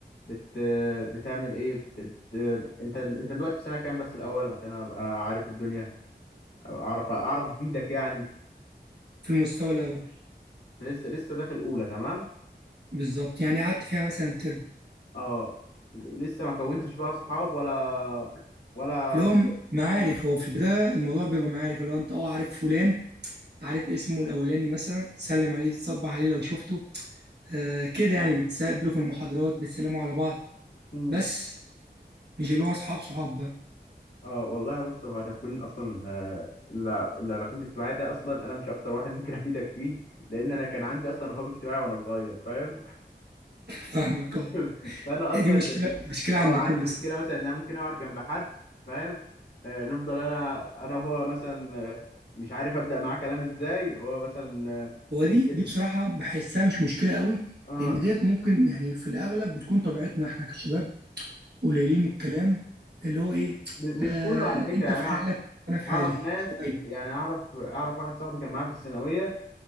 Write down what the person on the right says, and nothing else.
في المستوى الاول
بالظبط يعني قعدت فيها مثلا ترم
اللي هو معارف
هو في البدايه الموضوع بيبقى معارف اللي هو انت اه عارف فلان عارف اسمه الاولاني مثلا تسلم عليه تصبح عليه لو شفته آه كده يعني بتسابله في المحاضرات بتسلموا على بعض
بس مش اللي هو اصحاب صحاب بقى
<laughs> فاهمك
اه
هي
دي مشكله
مشكله
عند
كل الصراحه
هو
دي دي بصراحه بحسها مش مشكله قوي
لان ديت ممكن يعني في الاغلب بتكون طبيعتنا احنا كشباب قليلين الكلام اللي هو ايه
آه
انت
في
حالك انا في
حالي
طيب.